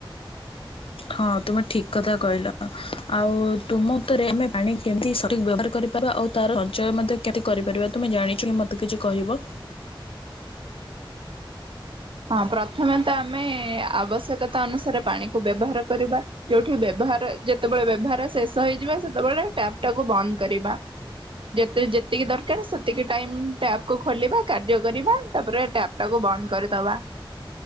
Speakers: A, on the left; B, on the right.
A: ହଁ ତୁମେ ଠିକ କଥା କହିଲ ଆଉ ତୁମରେ ଆମେ ପାଣି କେମତି ସଠିକ ବ୍ୟବହାର କରିପାରିବା ଆଉ ତାର ସଞ୍ଚୟ ମଧ୍ୟ କେତି କରିପାରିବା ତୁମେ ଜାଣିଛ କି ମତେ କିଛି କହିବ
B: ହଁ ପ୍ରଥମେ ତ ଆମେ ଆବଶ୍ୟକତା ଅନୁସାରେ ପାଣିକୁ ବ୍ୟବହାର କରିବା ଯୋଉଠି ବ୍ୟବହାର ଯେତେବେଳେ ବ୍ୟବହାର ଶେଷ ହେଇଯିବା ସେତେବେଳେ ଟବ ଟାକୁ ବନ୍ଦ କରିବା ଯେ ଯେତିକି ଦରକାର ସେତିକି ଟାଇମ ଟ୍ୟାପକୁୁ ଖୋଲିବା କାର୍ଯ୍ୟ କରିବା ତାପରେ ଟପ ଟାକୁ ବନ୍ଦ କରିଦବା